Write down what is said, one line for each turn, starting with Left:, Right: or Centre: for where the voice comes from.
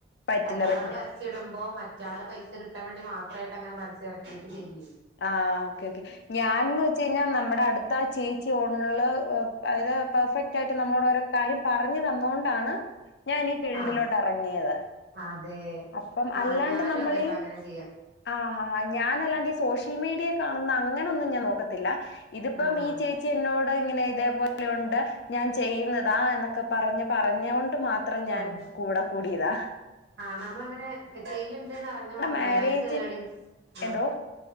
Left: പറ്റില്ല
Right: കാരണം
Left: പറ്റില്ല
Right: ങ്ങള് പരസ്യട്മ്പോ മ റ്റാളെ പൈസ കിട്ടാൻ വേണ്ടി മാത്രായ്ട്ടങ്ങനെ പരസ്യം എറക്കീട്ടില്ലെങ്കി
Left: ആഹ് ഓക്കെ ഓക്കെ ഞാൻന്ന് വെച്ചയ്ഞ്ഞാ നമ്മടെ അട്ത്താ ചേ ച്ചി ഉള്ള് പ്പയ്‌ലാ പെർഫെക്റ്റായ്ട്ട് നമ്മളോടോരോ കാര്യം പറഞ്ഞ് തന്നാേണ്ടാണ് ഞാനീ ഫീൽഡ്ലോട്ടെറങ്ങിയത്
Right: ആഹ് അതെ
Left: അപ്പം
Right: ആഹ്
Left: അല്ലാണ്ട്
Right: ഞാനും
Left: നമ്മളീ
Right: അതെട്ടാ അങ്ങനെ ചെയ്യാ
Left: ആഹ് ആഹ് ഞാനല്ലാണ്ടി സോഷ്യൽ മീഡിയെ കാണ്ന്ന അങ്ങനൊന്നും ഞാൻ നോക്കത്തില്ലാ ഇത്പ്പം
Right: ആഹ്
Left: ഈ ചേച്ചി എന്നോ ഇങ്ങനെ ഇതേപോലെ ഒണ്ട് ഞാൻ ചെയ്യ്ന്നതാ എന്നൊക്കെ പറഞ്ഞ് പറഞ്ഞാേ ണ്ട് മാത്രം ഞാൻ
Right: ആഹ്
Left: കൂടെ കൂടീതാ
Right: ആഹ് നമ്മളങ്ങനെ ചെയ്യണ്ടന്ന്റിഞ്ഞ മാത്രം
Left: മാരേജ്
Right: പോരാ അവർക്ക് ഏണിങ്‌സ് ആഹ്
Left: എന്തോ